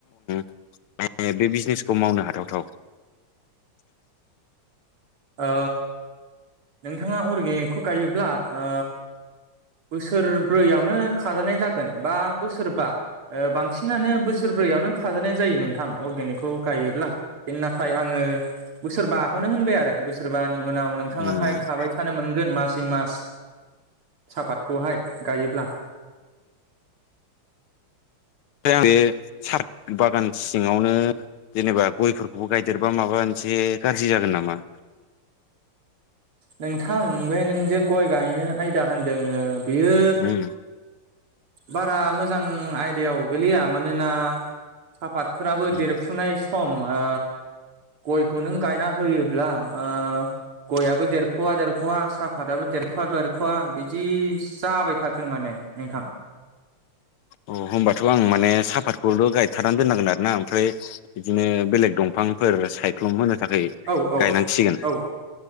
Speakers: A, on the left; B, on the right.
A: <inaudible> बे बिजनेसखौ मावनो हाथावथाव।
B: ओ नोंथाङा अर्गेनिकखौ गायोब्ला ओ बोसोरब्रैयावनो खाजानाय जागोन बा बोसोरबा। ओ बांसिनानो बोसोरब्रैयावनो खाजानाय जायो नोंथां अर्गेनिकखौ गायोब्ला नाथाय आङो ओ बोसोरबाखौनो होनबाय आरो बोसोरबानि उनाव नोंथाङाहाय
A: उम
B: खाबाय थानो मोनगोन मासै मास साफात खौहाय गायोब्ला।
A: बे साफात बागान सिङावनो जेनेबा गयफोरखौबो गायदेरबा माबा मोनसे गाज्रि जागोन नामा?
B: नोंथां बे नों जे गय गायनो आयदा होनदोंओ बेयो
A: उम
B: बारा मोजां आयदायाव गोलैया मानोना फातफोराबो
A: उम
B: देरफुनाय सम ओ गयखौ नों गायना होयोब्ला ओ गयाबो देरख'वा देरख'वा साफाताबो देरख'वा देरख'वा बिदि जाबाय थागोन माने। नोंथां।
A: अ होमबाथ आं माने साफातखौल गायथारनानै दोननांगोन आरो ना ओमफ्राय बिदिनो बेलेग दं फांफोर सायख्लुम होनो थाखाय
B: औ औ
A: गायनांसिगोन।
B: औ